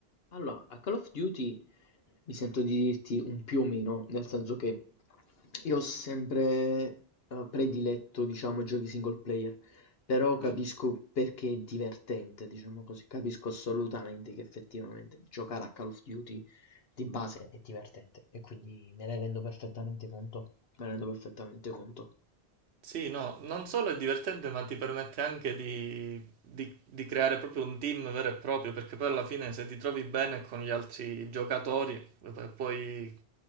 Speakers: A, on the left; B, on the right.
A: Allora, a Call of Duty mi sento di dirti un più o meno, nel senso che io ho sempre eh, prediletto, diciamo, giochi single player, però capisco
B: Mm.
A: perché è divertente, diciamo così, capisco assolutamente che effettivamente giocare a Call of Duty di base è divertente e quindi me ne rendo perfettamente conto, me ne rendo perfettamente conto.
B: Sì, no, non solo è divertente, ma ti permette anche di, di- di creare proprio un team vero e proprio, perché poi alla fine se ti trovi bene con gli altri giocatori, pu- puoi